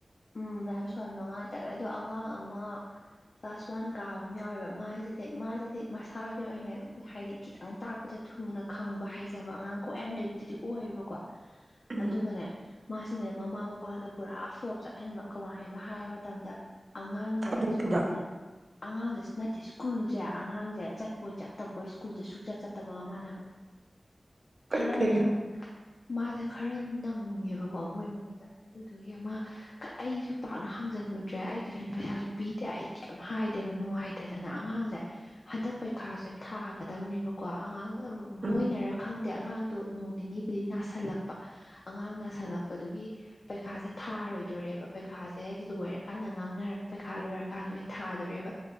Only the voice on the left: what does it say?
ꯎꯝ ꯃꯌꯥꯝ ꯁꯣꯟꯕ ꯑꯉꯥꯡ ꯇꯥꯂꯦ ꯑꯗꯣ ꯑꯉꯥꯡ ꯑꯃ ꯀ꯭ꯂꯥꯁ ꯋꯥꯟ ꯀꯥꯕ ꯑꯃ ꯌꯥꯎꯋꯦꯕ ꯃꯥꯁꯤꯗꯤ ꯃꯥꯁꯤꯗꯤ ꯃꯁꯥꯒꯤ ꯑꯣꯏꯅ ꯍꯥꯏꯗꯤ ꯈꯤꯇꯪ ꯇꯪ ꯇꯥꯛꯄꯗ ꯊꯨꯅ ꯈꯪꯕ ꯍꯩꯖꯕ ꯑꯉꯥꯡ ꯀꯣꯛ ꯌꯥꯝ ꯂꯩꯕꯗꯨꯗꯤ ꯑꯣꯏꯌꯦꯕꯀꯣ
ꯑꯗꯨꯒꯅꯦ ꯃꯥꯁꯤꯅꯦ ꯃꯃꯥ ꯃꯄꯥꯅ ꯄꯨꯔꯥ ꯐ꯭ꯂꯣꯞ ꯆꯠ ꯍꯟꯕ ꯀꯃꯥꯏꯅ ꯍꯥꯏ ꯃꯇꯝꯗ ꯑꯉꯥꯡꯁꯦ
ꯁ꯭ꯀꯨꯜ ꯑꯉꯥꯡꯁꯦ ꯅꯠꯇꯦ ꯁ꯭ꯀꯨꯜꯁꯦ ꯑꯉꯥꯡꯁꯦ ꯆꯠꯄꯣꯏ ꯆꯠꯇꯕꯣꯏ ꯁ꯭ꯀꯨꯜꯖꯦ ꯁꯨꯛꯆꯠ ꯆꯠꯇꯕꯒ ꯃꯥꯟꯅꯕ
ꯈꯔ
ꯅꯪ ꯃꯥꯁꯦ ꯈꯔ ꯅꯪꯉꯦꯕꯀꯣ ꯃꯣꯏ ꯏꯃꯨꯡꯁꯦ ꯑꯗꯨꯗꯨꯒꯤ ꯑꯃ ꯑꯩꯁꯨ ꯄꯥꯛꯅ ꯍꯪꯖꯜꯂꯨꯗ꯭ꯔꯦ ꯑꯩ ꯇꯨꯏꯁꯟ ꯄꯩꯁꯥꯁꯨ ꯄꯤꯗꯦ ꯑꯩ ꯀꯩꯝ ꯍꯥꯏꯗꯦꯕ ꯅꯨꯡꯉꯥꯏꯇꯗꯅ ꯑꯉꯥꯡꯖꯦ ꯍꯟꯗꯛ ꯄꯩꯈꯥꯁꯦ ꯊꯥꯒꯗꯕꯅꯦꯕꯀꯣ ꯑꯉꯥꯡ
ꯃꯣꯏꯅꯔ ꯈꯪꯗꯦ ꯑꯉꯥꯡꯗꯣ ꯅꯣꯡ ꯅꯤꯅꯤ ꯗꯤ ꯅꯥꯁꯤꯜꯂꯛꯄ ꯑꯉꯥꯡ ꯅꯥꯁꯤꯜꯂꯛꯄꯗꯨꯒꯤ ꯄꯩꯈꯥꯁꯦ ꯊꯥꯔꯣꯏ ꯗꯣꯔꯦꯕ ꯄꯩꯈꯥꯁꯦ ꯂꯣꯏꯔꯀꯥꯟꯗ ꯉꯥꯡꯅꯔꯒ ꯄꯩꯈꯥ ꯂꯣꯏꯔꯀꯥꯟꯗ ꯑꯣꯏꯅ ꯊꯥꯗꯣꯔꯦꯕ